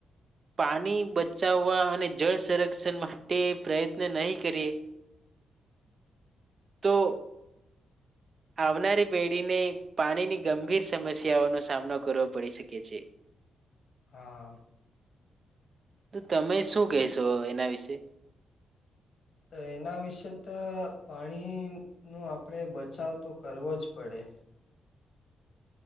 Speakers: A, on the right; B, on the left.
A: પાણી બચાવવા અને જળ સંરક્ષણ માટે પ્રયત્ન નહી કરીએ. તો આવનારી પેઢીને પાણીની ગંભીર સમસ્યાઓનો સામનો કરવો પડી શકે છે. <inaudible>
B: હા.
A: તો તમે શું કહેશો એના વિશે.
B: તો એના વિશે તો પાણીનો આપણેે બચાવ તો કરવો જ પડે.
A: <inaudible>